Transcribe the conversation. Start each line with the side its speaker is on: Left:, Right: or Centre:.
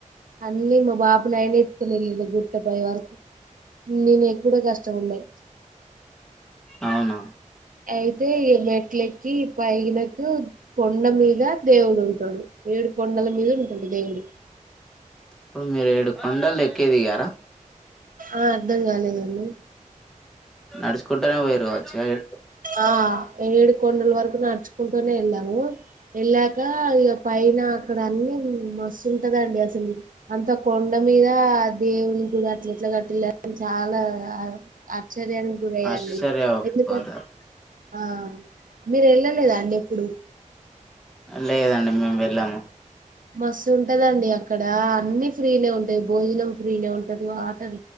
Right: అన్నీ మా బాబునయన ఎత్తుకొని వెళ్ళిండు గుర్ చపోయే వరకు నేను ఎక్కుడే కష్టం ఉండే
Centre: అవునా
Right: అయితే ఈ మెట్లెక్కి పైనకు కొండ మీద దేవుడు ఉంటడు ఏడు కొండల మీద ఉంటడు దేవుడు
Centre: ఇప్పుడు మీరు ఏడు కొండలు ఎక్కేదిగారా
Right: ఆ అర్ధం కాలేదండి
Centre: నడుచుకుంటేనే ఓయ్యిరు కావచ్చు ఏ
Right: ఆ ఏడు కొండల వరకు నడుచుకుంటూనే వెళ్ళాము వెళ్ళాక ఇగ పైన అక్కడ అన్ని మస్తుంటదండి అసలు అంత కొండ మీద దేవుని గుడి అట్ల ఎట్లా కట్టళ్ళు అని చాలా ఆశ్చర్యానికి గురయ్యాను
Centre: ఆశ్చర్యపోతారు
Right: నేను ఎందుకం ఆ మీరు వెళ్ళలేదా అండి ఎప్పుడు
Centre: లేదండి మేము వెళ్ళాము
Right: మస్తు ఉంటదండి అక్కడ అన్ని ఫ్రీనే ఉంటాయి భోజనం ఫ్రీనే ఉంటది వాటర్